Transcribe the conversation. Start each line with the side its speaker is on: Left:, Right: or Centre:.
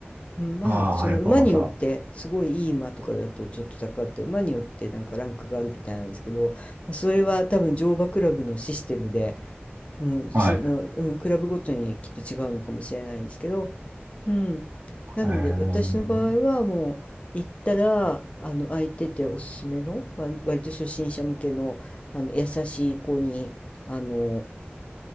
Left: うん、まあ、
Right: ああ、
Left: その馬によって、
Right: やっぱまた、
Left: すごいいい馬とかだとちょっと高くて、馬によってなんかランクがあるみたいなんですけど、まあそれは多分乗馬クラブのシステムで、うん、その、
Right: はい。
Left: うん、クラブごとにきっと違うのかもしれないですけど、うん。なので私の場合はもう行ったらあの空いてておすすめのわ割と初心者向けの、
Right: えー、
Left: あの優しい子にあの